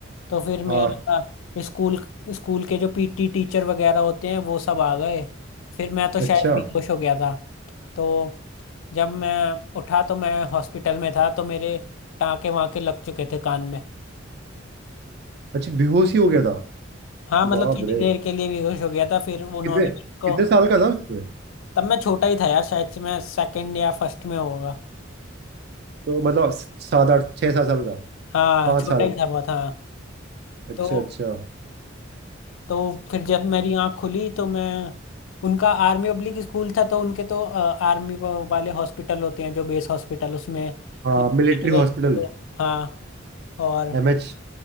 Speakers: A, on the left; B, on the right.
A: तो फिर मेरा
B: हाँ
A: स्कूल स्कूल के जो पीटी टीचर वगैरह होते हैं वो सब आ गए फिर मैं तो शायद
B: अच्छा
A: बेहोश हो गया था तो जब मैं उठा तो मैं हॉस्पिटल में था तो मेरे टाँके वाँके लग चुके थे कान में
B: अच्छा बेहोश ही हो गया था
A: हाँ मतलब
B: बाप
A: थोड़ी
B: रे
A: देर के लिए बेहोश हो गया था फिर उन्होंने
B: कितने
A: मेरे को
B: कितने साल का था उसमें
A: तब मैं छोटा ही था यार शायद से मैं सेकंड या फर्स्ट में होगा
B: तो मतलब स- सात आठ छः सात साल का
A: हाँ
B: पाँच
A: छोटा
B: साल
A: ही था बहुत हाँ
B: का अच्छा
A: तो
B: अच्छा
A: तो फिर जब मेरी आंख खुली तो मैं उनका आर्मी पब्लिक स्कूल था तो उनके तो आर्मी वाले हॉस्पिटल होते हैं जो बेस हॉस्पिटल उसमें
B: हाँ
A: लेके
B: मिलिट्री
A: चले गए
B: हॉस्पिटल
A: थे वो हाँ और
B: एमएच